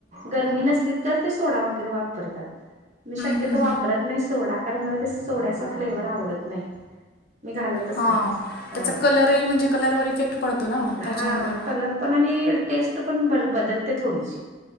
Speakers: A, on the right; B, on the left.
A: गरमी नसली तर ते सोडा वगैरे वापर वापरतात मी शक्यतो
B: हम्म,
A: वापरत नाही सोडा कारण मला ते सोड्याचा फ्लेवर आवडत नाही मी घालतच
B: हा
A: नाही. हा
B: त्याचा कलरही म्हणजे कलर व इफेक्ट पडतो ना
A: हा
B: त्याच्यामुळे
A: कलर पण आणि टेस्ट पण बदलते थोडीशी